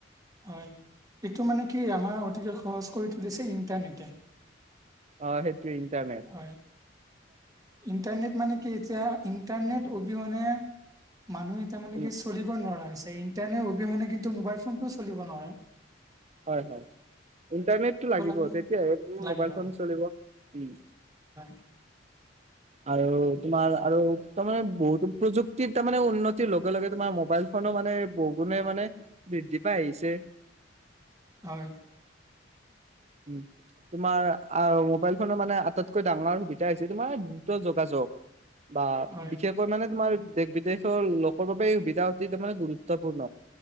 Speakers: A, on the right; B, on the right.
A: হয় এইটো মানে কি আমাৰ অতিকে সহজ কৰি তুলিছে ইণ্টাৰনেটে।
B: অ', সেইেতো ইটাৰনেট।
A: হয় ইণ্টাৰনেট মানে কি হৈছে ইণ্টাৰনেট অবিহনে মানুহে এতিয়া মানে
B: উম
A: কি চলিব নোৱাৰা হৈছে। ইণ্টাৰনেট অবিহনে কিন্তু মোবাইল ফোনটোও চলিব নোৱাৰে।
B: হয়, হয়। ইণ্টাৰনেটটো
A: অকল
B: লাগিব
A: আমি
B: তেতিয়া হে
A: লাগিব
B: মোবাইল ফোন চলিব। উম।
A: <inaudible>
B: আৰু তোমাৰ আৰু তাৰমানে বহুতো প্ৰযুক্তিৰ তাৰমানে উন্নতিৰ লগে লগে তোমাৰ মোবাইল নো মানে বহুগুণে মানে বৃদ্ধি পাই আহিছে।
A: হয়।
B: উ তোমাৰ অ', মোবাইল ফোনৰ মানে আটাইতকৈ ডাঙৰ সুবিধা হৈছে তোমাৰ দ্ৰুত যোগাযোগ বা
A: হয়
B: বিশেষকৈ মানে তোমাৰ দেশ বিদেশৰ লোকৰ বাবে সুবিধা অতি তাৰমানে গুৰুত্বপূৰ্ণ